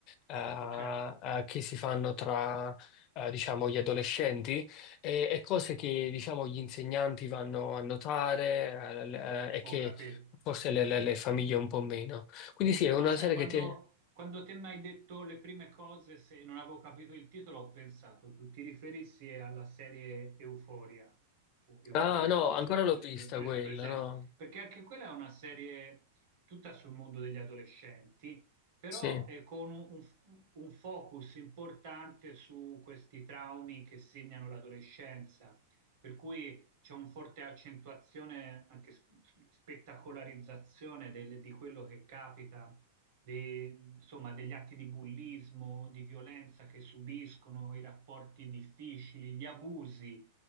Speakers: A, on the left; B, on the right.
A: eh,
B: ok,
A: eh, che si fanno tra, eh, diciamo, gli adolescenti e, e cose che, diciamo, gli insegnanti vanno a notare eh, le- eh, e che
B: ho capito.
A: forse le, le- le famiglie un po' meno. Quindi sì, è
B: Ma
A: una
B: sai,
A: serie
B: quando,
A: che ti
B: quando te mi hai detto le prime cose, se non avevo capito il titolo, ho pensato, tu ti riferissi alla serie Euforia, o Euforia,
A: Ah, no,
B: non
A: ancora
B: so come
A: l'ho vista
B: si pre- pre-
A: quella,
B: presenta,
A: no?
B: perché anche quella è una serie tutta sul mondo degli adolescenti, però
A: Sì.
B: eh, con un, un- un focus importante su questi traumi che segnano l'adolescenza, per cui c'è un forte accentuazione, anche s- spettacolarizzazione del- di quello che capita de- insomma, degli atti di bullismo, di violenza che subiscono, i rapporti difficili, gli abusi.